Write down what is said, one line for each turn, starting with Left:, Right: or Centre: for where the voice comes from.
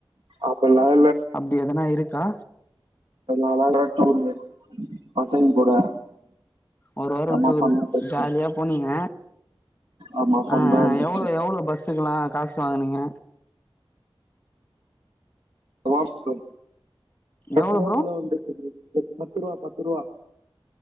Right: அப்பெல்லாம்
Left: அப்டி எதனா இருக் கா
Right: அழகா டூரு பசங்க கூட
Left: ஒரு வார
Right: ஆமா
Left: டூர்
Right: ஃபன்னா போச்சு
Left: ஜாலியா போனீங்க
Right: ஆமா ஃபன்னா
Left: ஆ அ
Right: இருந்துச்சு
Left: எவ்ளோ எவ்ளோ பஸ்ஸுக்கல்லா காசு வாங்குனீங்க
Right: ஆமா ப்ரோ பத்ரூவாக்குள்ள
Left: எவ்ளோ ப்ரோ
Right: வந்துருச்சு ப்ரோ பத்ரூவா பத்ரூவா